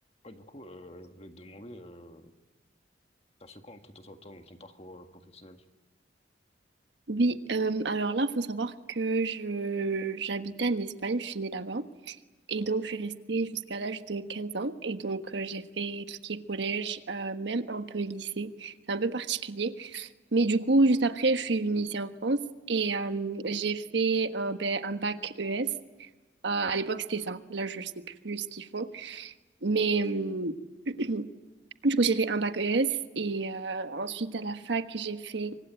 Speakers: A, on the left; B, on the right.
A: Ouais, du coup, euh, je voulais te demander, euh, t'as fait quoi un peu toi, toi, dans ton parcours euh, professionnel?
B: Oui, euh, alors là, il faut savoir que je j'habitais en Espagne, je suis née là-bas.
A: Ouais.
B: Et donc, je suis restée jusqu'à l'âge de 15 ans. Et donc, euh, j'ai fait tout ce qui est collège, euh, même un peu lycée. C'est un peu particulier. Mais du coup, juste après, je suis venue ici en France et euh, j'ai fait euh, ben, un bac ES. Euh, à l'époque, c'était ça. Là, je sais plus ce qu'ils font. Mais,
A: Ouais.
B: euh, <clears throat> Du coup, j'ai fait un bac ES et euh, ensuite à la fac, j'ai fait